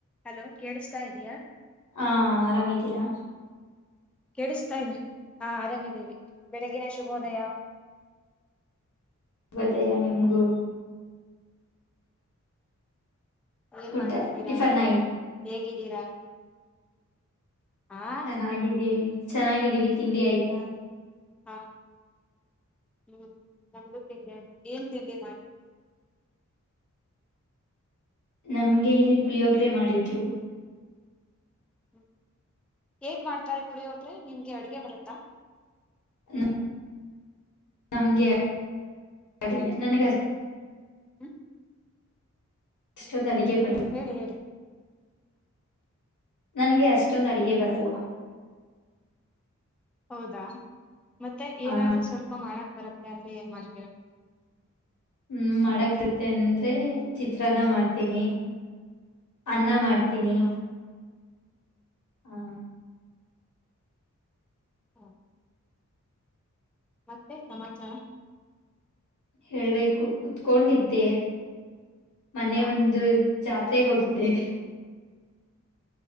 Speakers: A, in the centre; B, on the left.
A: Hello ಕೇಳಿಸತಾ ಇದಯಾ.
B: ಹಾ ಆರಾಮಿದ್ದೀರಾ
A: ಕೆೇಳಿಸ್ತಾ ಇದೆ. ಹಾ ಆರಾಮಿದೀವಿ ಬೆಳಗಿನ ಶುಭೋದಯ.
B: ವದಯ ನಿಮಗು.
A: ಏನ್
B: ಊಟ
A: ಮಾಡ್ತಿದ್ದೀರಾ
B: ಟಿಫನ್ ಆಯ್ತು
A: ಹೇಗಿದ್ದೀರಾ. ಆ
B: ಚೆನ್ನಾಗಿದ್ದೀ ಚೆನ್ನಾಗಿದ್ದೀವಿ ತಿಂಡಿ ಆಯ್ತಾ.
A: ಹಾ. ಹ್ಮ್ ನ್ದು ತಿಂಡಿ ಏನ್ ತಿಂಡಿ
B: ನಮ್ಗೆ ಇಲ್ಲಿ ಪುಳಿ--ಗರೆ ಮಾಡಿದ್ರು
A: ಹ್ಮ ಹೇಗ್ ಮಾಡ್ತಾರೆ ಪಳಿ ನಿಮ್ಗೆ ಅಡ್ಗೆ ಬರುತ್ತಾ
B: ನ- ನಮ್ಗೆ ಅಡಿಗೆ ನನಗೆ
A: ಹ್ಮ.
B: ಅಷ್ಟೊಂದು ಅಡಿಗೆ ಬರಲ್ಲ
A: ಹೇಳಿ ಹೇಳಿ
B: ನನ್ಗೆ ಅಷ್ಟೊಂದು ಅಡಿಗೆ ಬರಲ್ಲ.
A: ಹೌದಾ ಮತ್ತೆ ಏನಾದ್ರೂ
B: ಆ
A: ಸ್ವಲ್ಪ ಮಾಡಕ್ ಬರತ್ತೆ ಅಂದ್ರೆ ಏನ್ ಮಾಡ್ತೀರಾ.
B: ಹ್ಮ್ ಮಾಡಕ್ದತ್ತ ಅಂದ್ರೆ ಚಿತ್ರಾನ ಮಾಡ್ತೀನಿ. ಅನ್ನ ಮಾಡ್ತೀನಿ.
A: ಹ
B: ಹಾ.
A: ಹ್ಮ. ಮತ್ತೆ ಸಮಾಚಾರ.
B: ಹೇಳ್ಬೇಕು ಕುತ್ಕೊಂಡಿದ್ದೆ ಮನೆ
A: ಹ
B: ಒಂದು. ಜಾತ್ರೆಗೆ ಹೋಗಿದ್ದೆ.